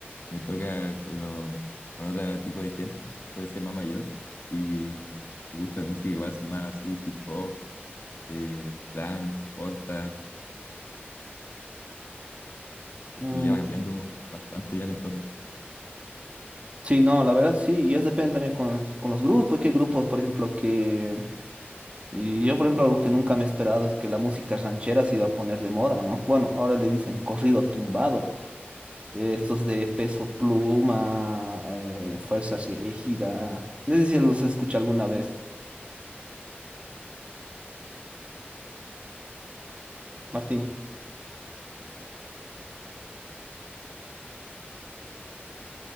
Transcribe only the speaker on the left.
me toca con, lo- con otro tipo de gente, puede ser más mayor, y los gustos de música igual son más así, hip hop, eh, clan, porta,
y ya va cambiando bastante ya el entorno.